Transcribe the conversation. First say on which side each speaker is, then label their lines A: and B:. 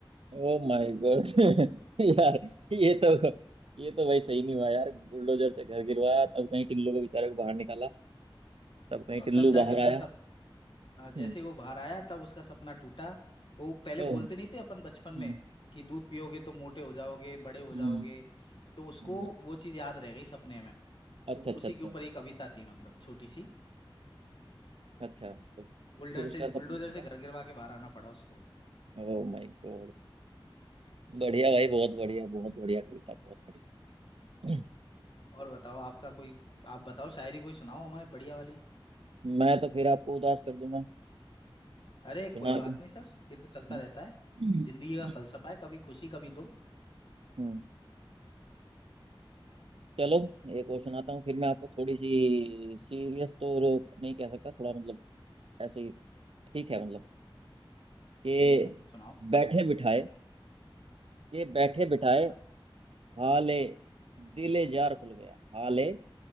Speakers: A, on the left; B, on the right.
A: <laughs>
B: Oh my God <laughs> यार ये तो ये तो भाई सही नहीं हुआ यार बुलडोजर से घर गिरवाया तब कहीं टिल्लू को बेचारे को बाहर निकाला तब कहीं
A: और
B: टिल्लू
A: तब जाके
B: बाहर
A: उसका
B: आया
A: सब हाँ, जैसे
B: हम्म
A: ही वो बाहर आया तब उसका सपना टूटा वो पहले
B: ओ
A: बोलते नहीं थे अपन बचपन में
B: हम्म
A: कि दूध पियोगे तो मोटे हो जाओगे बड़े हो
B: हम्म
A: जाओगे तो उसको
B: हम्म, हम्म।
A: वो चीज याद रह गई सपने में
B: अच्छा
A: तो उसी
B: अच्छा अच्छा
A: के ऊपर एक कविता थी मतलब छोटी सी
B: अच्छा तो
A: बुलडर
B: फिर उसका
A: से
B: सपना
A: बुलडोजर
B: टूटा
A: से घर गिरवा के बाहर आना पड़ा उसको
B: ओ माय गॉड बढ़िया भाई बहुत बढ़िया बहुत बढ़िया कविता बहुत बढ़िया <clears throat>
A: और बताओ आपका कोई आप बताओ शायरी कोई सुनाओ हमारे बढ़िया वाली
B: हम्म, मैं तो फिर आपको उदास कर दूंगा
A: अरे
B: सुना
A: कोई बात
B: के
A: नहीं सर ये
B: हम्म
A: तो चलता रहता है जिंदगी का
B: <clears throat>
A: फलसफा है कभी खुशी कभी दुख
B: हम्म। चलो एक और सुनाता हूँ फिर मैं आपको थोड़ी सी सीरियस तो र- नहीं कह सकता थोड़ा मतलब ऐसे ही ठीक है मतलब कि
A: हम्म सुनाओ
B: बैठे बिठाए कि बैठे बिठाए
A: क्या
B: हाले दिले जार खुल गया हाले